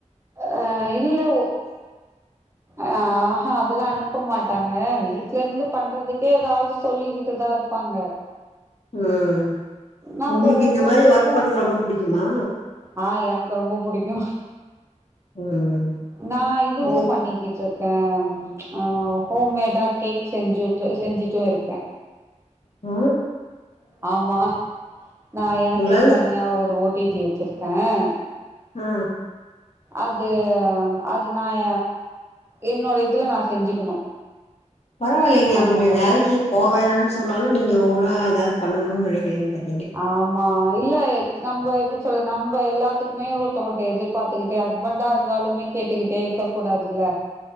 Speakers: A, on the right; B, on the left.
A: அ இல்லவோ ஆ ஆஹா அதுலா அனுப் அனுப்ப மாட்டாங்க வீட்ல இருந்து பண்றதுக்கே ஏதாவது சொல்லிக்கிட்டுதான் இருப்பாங்க
B: ம்
A: நம்ப
B: உங்களுக்கு
A: ஒவ்வொன்துக்கும்
B: இந்த மாரி ஒர்க் பண்ணறது ரொம்ப புடிக்குமா
A: ஆ எனக்கு ரொம்ப புடிக்கு
B: ம்
A: நான் இதுவும்
B: ம்
A: பண்ணிக்கிட்டு ம் ஹோம் மேடா கேக் செஞ்சு செஞ்சுட்டு இருக்கே
B: அ
A: ஆமா நா எனக்கும்
B: உங்களால
A: தனியா ஒரு ஓடிஜி வச்சிருக்கேன்
B: ஆ
A: அது அது நான் என்னோட இதுல நான் செஞ்சுக்கணு
B: பரவாயில்லைங்க
A: அந்த
B: உங்கள
A: மாதிரி
B: வேலைக்கு போ வேணான்னு சொன்னாலு நீங்க ஓன்னா ஏதாவது பண்ணணும்னு நினைக்கிறீங்க பாத்
A: ஆமா இல்லை நம்ம எப்படி சொல்ல நம் ரொம்ப எல்லாத்துக்குமே ஒருத்தங்கோல்ட்ட எதிர்பார்த்துக்கிட்டே ஹஸ்பண்டா இருந்தாலுமே கேட்டுக்கிட்டே இருக்க கூடாதுல்ல